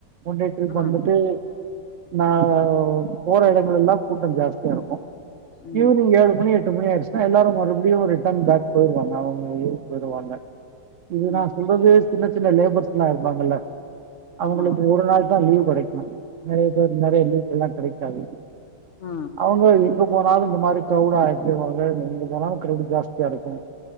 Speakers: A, on the right; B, on the left.
A: ஒன் டே ட்ரிப்
B: ம்
A: வந்துட்டு நா போற எடங்கலெல்லா கூட்டோ ஜாஸ்தியா இருக்கு
B: ம்
A: ஈவ்னிங் ஏழு மணி எட்டு மணி ஆயிருச்சு அ எல்லாரு மறுபுடியு ரிட்டர்ன் பேக் போயிருவாங்க அவங்கங் ஊருக் போயிருவாங்க இதுதா
B: ம்
A: சொல்றது சின்ன சின்ன லேபர்ஸ் எல்லா இருப்பாங்கல்ல அவங்களுக்கு
B: ஆமா
A: ஒரு நாள்தான் லீவ் கெடைக்கு நெறையா பேர் நெறையா லீஸ் எல்லா கெடைக்காது
B: ஆ
A: அவுங்க எங்க போனாலு இந்த மாதிரி கிரவுட் ஆகிருவாங்க எங்க போனாலு கிரவுட் ஜாஸ்தியா இருக்கு